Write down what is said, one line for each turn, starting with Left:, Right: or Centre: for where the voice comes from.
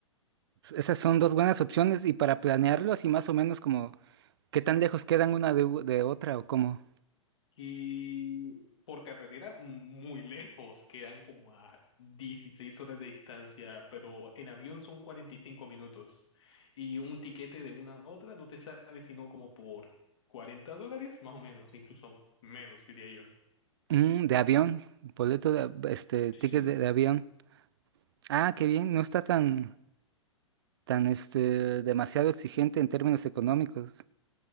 Right: esas son dos buenas opciones y para planearlo así más o menos como ¿Qué tan lejos quedan una de, u- de otra o cómo?
Left: Y por carretera mm, muy lejos, quedan como a 16 horas de distancia, pero en avión son 45 minutos. Y un tiquete de una a otra no te sale sino como por 40 dólares, más o menos, incluso menos, diría yo.
Right: Mm, de avión, boleto de, av- este,
Left: Sí,
Right: ticket
Left: sí.
Right: de, de avión. Ah, qué bien, no está tan, tan, este, demasiado exigente en términos económicos.